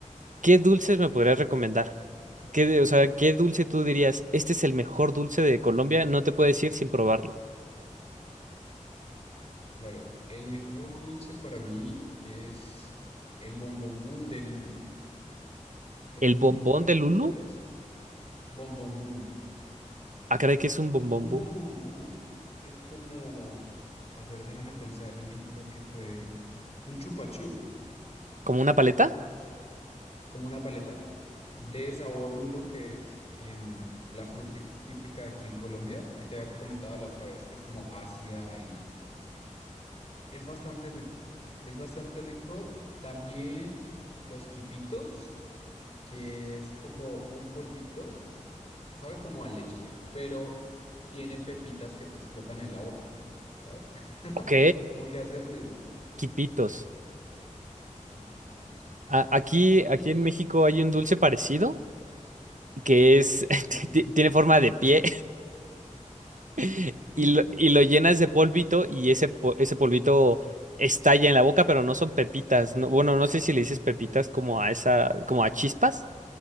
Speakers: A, on the right; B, on the left.
A: qué dulces me podrías recomendar. ¿Qué, de- o sea, qué dulce tú dirías, este es el mejor dulce de Colombia, no te puedes ir sin probarlo.
B: Claro, el mejor dulce para mí es el bombombón de lulo. El
A: ¿El
B: bombombón
A: bombón
B: de
A: de
B: lulo
A: Lulu?
B: es bombombón.
A: Ah, caray, que es un bombón,
B: Un
A: boom.
B: bombombón es como, a ver, déjame pensar en México que puede, un chupa chup,
A: ¿Como una paleta?
B: como una paleta de sabor lulo que es em, la fruta típica aquí en Colombia, que te había comentado la otra vez, que es como ácida Es bastante rico, es bastante rico. También los quipitos, que es como un polvito, sabe como a leche, pero tiene pepitas que te explotan en la boca, ¿sabes? <laughs>
A: Ok,
B: Como que hace ruido,
A: quipitos.
B: quipitos.
A: A- Aquí,
B: Y
A: aquí en México hay un dulce parecido que es,
B: sí,
A: <laughs> ti- tiene forma de pie <laughs>
B: <laughs>
A: y lo, y lo llenas de polvito y ese, po- ese polvito estalla en la boca, pero no son pepitas. No, bueno, no sé si le dices pepitas como a esa, como a chispas,